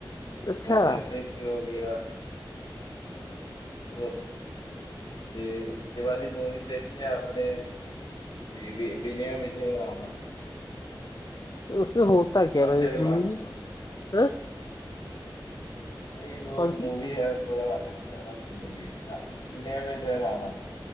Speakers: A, on the left; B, on the left.
A: अच्छा
B: जो जैसे कि हो गया हाँ तो ये ये वाली मूवी देखी है आपने वि- वि- विनय विधेय रामा
A: उसमें होता क्या
B: रामचरण
A: है भाई
B: वाली
A: मूवी हाँ
B: भाई वो
A: कौन सी
B: मूवी है थोड़ा अलग ही लेवल की मूवी है रा- विनय में जय रामा